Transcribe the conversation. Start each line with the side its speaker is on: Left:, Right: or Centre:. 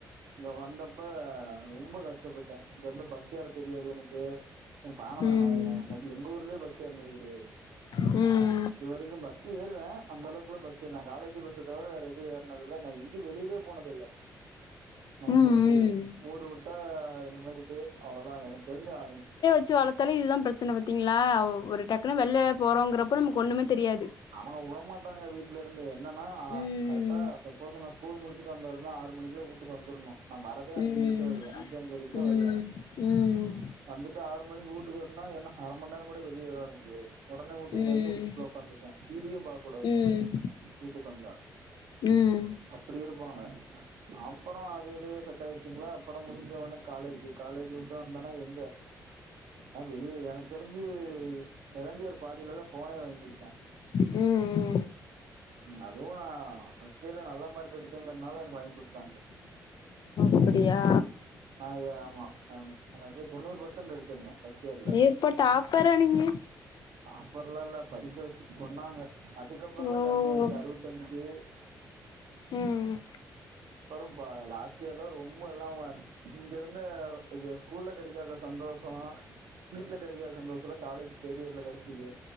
Right: இங்க வந்தப்ப ரொம்ப கஷ்டப்பட்டே இங்கருந்து பஸ் ஏற தெரியாது எனக்கு <unintelligible> நா
Left: ம்
Right: நா என்னது எங்கூர்லே பஸ் ஏற்னது கெடயாது
Left: ம்
Right: இது வரைக்கு பஸ் ஏறுவே அந்த அளவுக்குல பஸ் இல்ல நா காலேஜ் பஸ்ஸ தவிர வேற எது ஏற்னதுல்ல நா எங்கியு வெளியேவே போனது இல்ல நா
Left: ம்
Right: எங்க
Left: ம்
Right: ஊர் சைடு ஊடு உட்டா இந்த மாரி இது அவ்ளோதா எனக்கு தெரிஞ்ச நா
Left: ச்சி வளத்தாலே இதுதா பிரச்சன பாத்தீங்ளா ஒரு டக்குனு வெள்ளே போறோங்றப்போ நமக்கு ஒன்னுமே தெரியாது
Right: அவங்க விடமாட்டாங்க வீட்லருந்து என்னன்னா
Left: ம்
Right: கரெக் டா சப்போஸ் நா ஸ்கூல் முடிச்சுட்டு வந்தாலுமே ஆறு மணிக்குல்ல ஊட்டுக்கு வந்துர்ணு நா வரதே
Left: ம்
Right: அஞ்சு மணிக்கு தா வருவே அஞ்சு அஞ்சரைக்கு தா
Left: ம்
Right: வருவே
Left: ம்
Right: வந்து உட்டு ஆறு மணிக்கு ஊட்டுக்கு வரும்னா என்ன அரமண் நேரோ கூட வெளியே விளாட முடியாது ஒடனே ஊட்டுக்குள்ள
Left: ம்
Right: வந்து ஒக்காந்துப்பே டி வி யு பாக்கூடாது
Left: ம்
Right: வீட்டுக்கு வந்தா
Left: ம்
Right: அப்டி இருப்பாங்க அப்றோ அதுலயே செட் ஆயிருச்சுங்ளா அப்றோ முடிஞ்ச ஒட்ன காலேஜி காலேஜ் விட்டு வந்தானா எங்க ஆ வெளியே எனக்கு தெரிஞ்சு செகண்ட் இயர் பாதிலதா ஃபோனே வாங்கி குடுத்தாங்
Left: ம் ம்
Right: ம் அதுவு நா ஃபர்ஸ்ட் இயர்ல நல்ல மார்க் எடுத்தேங்கறனால எனக்கு வாங்கி குடுத்தாங்க
Left: அப்படியா
Right: ஆயே ஆமா ஆம் ஆனா அதே தொண்ணூறு பெர்சன்ட் எடுத்திருந்த ஃபர்ஸ்ட் இயர்ல
Left: எப்ப டாப்பரா நீங்க
Right: டாப்பர்லா இல்ல படிக்க வெச்சி கொன்னாங்க அதுக்கப்றோலா
Left: ஓ
Right: கம்மி ஆயிச்சி அறுவத்தஞ்சு
Left: ம் ம்
Right: அப்பறம் பா லாஸ்ட் இயர்லா ரொம்பல்லா இங்கருந்த இது ஸ்கூல்ல கிடைக்காத சந்தோஷோ வீட்ல கிடைக்காத சந்தோஷோலா காலேஜ் தேர்ட் இயர்ல கெடைச்சிது